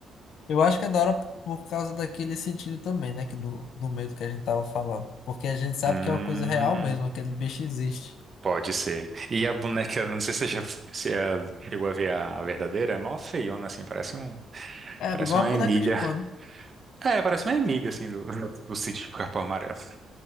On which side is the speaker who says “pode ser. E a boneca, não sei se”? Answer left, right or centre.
Right